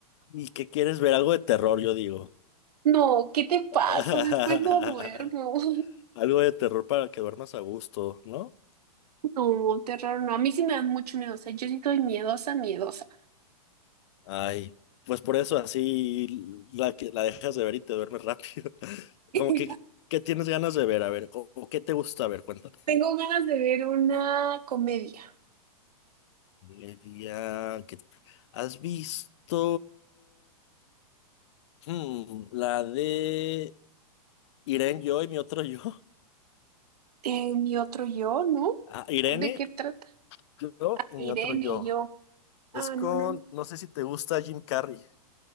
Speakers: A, on the left; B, on the right.
A: ¿Y qué quieres ver? Algo de terror, yo digo.
B: No, ¿qué te pasa?
A: <laughs>
B: Después no duermo. <laughs>
A: Algo de terror para que duermas a gusto, ¿no?
B: No, terror, no. A mí sí me dan mucho miedo. O sea, yo sí estoy miedosa, miedosa.
A: Ay, pues por eso así la, que- la dejas de ver y te duermes rápido. <laughs>
B: <laughs>
A: Como que, ¿qué tienes ganas de ver? A ver, o, o qué te gusta ver? Cuéntame.
B: Tengo ganas de ver una comedia.
A: El día que- ¿Has visto hmm, la de Irene, yo y mi otro yo?
B: Eh, mi otro yo, ¿no?
A: Ah, Irene.
B: ¿De qué trata?
A: yo y
B: Irene
A: mi otro yo.
B: y yo.
A: Es
B: Ah,
A: con,
B: no, no, no.
A: no sé si te gusta Jim Carrey.